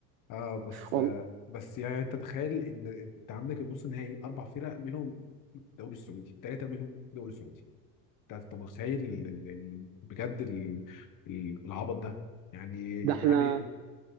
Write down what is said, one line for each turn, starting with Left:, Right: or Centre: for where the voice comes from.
Left: اه بس
Right: والله
Left: آه بس يعني انت تخيل ان انت عندك النص النهائي اربع فرق منهم الدوري السعودي ثلاثه منهم الدوري السعودي انت انت متخيل ال- ال- ال- بجد ال- ال- العبط ده يعني
Right: ده احنا
Left: يعني